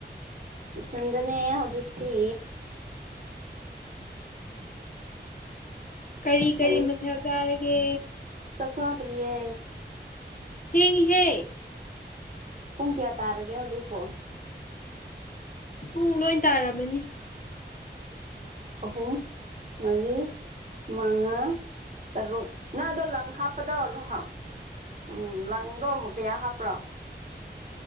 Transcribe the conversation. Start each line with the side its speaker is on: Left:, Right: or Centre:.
Right: ꯢꯊꯟꯗꯅꯦ ꯍꯧꯖꯤꯛꯇꯤ
Left: ꯀꯔꯤ ꯀꯔꯤ
Right: ꯍꯧꯖꯤꯛ
Left: ꯃꯊꯦꯜ ꯆꯥꯔꯒꯦ
Right: ꯆꯥꯛ ꯆꯗ꯭ꯔꯤꯌꯦ
Left: ꯊꯦꯡꯉꯤ ꯍꯦ
Right: ꯄꯨꯡ ꯀꯌꯥ ꯇꯥꯔꯒꯦ ꯍꯧꯖꯤꯛꯄꯣ
Left: ꯄꯨꯡ ꯂꯣꯏ ꯇꯥꯔꯝꯃꯅꯤ
Right: ꯑꯍꯨꯝ ꯃꯔꯤ ꯃꯉꯥ ꯇꯔꯨꯛ ꯉꯥꯗꯣ ꯂꯪ ꯍꯥꯞꯄꯗꯣ ꯂꯪ ꯎꯝ ꯂꯪꯗꯣ ꯀꯌꯥ ꯍꯥꯞꯄ꯭ꯔꯣ